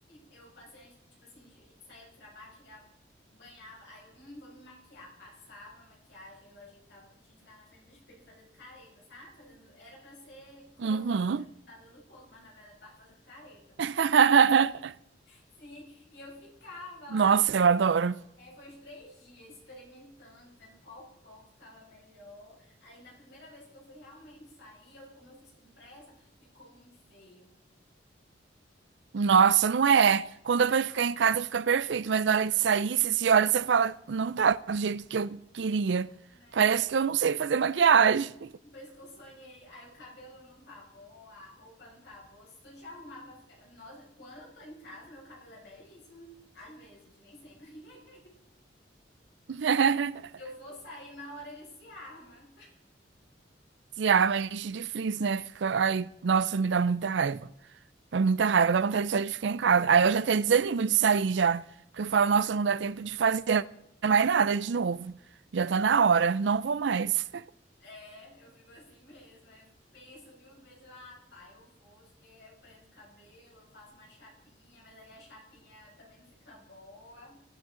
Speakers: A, on the left; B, on the right.
A: eu passei, tipo assim, saía do trabalho, chegava, banhava, aí eu, hum, vou me maquiar. Passava a maquiagem, aí eu ajeitava tudinho, ficava na frente do espelho fazendo careta, sabe? Fazendo, era pra ser close,
B: Uhum.
A: era pra estar dando close, mas na verdade eu tava fazendo careta.
B: <laughs>
A: Sim, e eu ficava lá
B: Nossa, eu adoro.
A: é foi uns três dias experimentando, vendo qual pó que ficava melhor. Aí na primeira vez que eu fui realmente sair, eu, como eu fiz com pressa, ficou muito feio,
B: Nossa, não é. Quando é pra ficar em casa, fica perfeito, mas na hora de sair, você se olha e você fala, não tá do jeito que eu queria.
A: né?
B: Parece que eu não sei fazer maquiagem.
A: Depois que eu sonhei, aí o cabelo não tá bom, a roupa não tá boa. Se tu te arrumar pra ficar. Nossa, quando eu tô em casa, meu cabelo é belíssimo. Às vezes, nem sempre. <laughs>
B: <laughs>
A: Eu vou sair, na hora ele se arma.
B: Se arma, enche de frizz, né? Fica. Ai, nossa, me dá muita raiva. Dá muita raiva, dá vontade só de ficar em casa. Aí eu já até desanimo de sair já. Porque eu falo, nossa, não dá tempo de fazer mais nada de novo. Já tá na hora, não vou mais.
A: É, eu fico assim mesmo. Aí eu penso mil vezes, eu, ah, tá, eu vou, porque eu prendo o cabelo, eu faço uma chapinha, mas aí a chapinha também não fica boa.